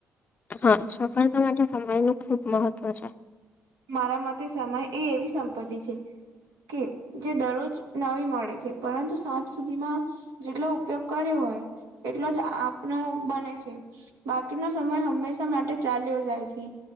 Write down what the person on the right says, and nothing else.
મારા માટે સમય એ એવી સંપત્તિ છે. કે જે દરરોજ નવી મળે છે, પરંતુ સાંજ સુધીમાં. જેટલો ઉપયોગ કર્યો હોય એટલો જ આપનો બને છે. બાકીનો સમય હંમેશા માટે ચાલ્યો જાય છે,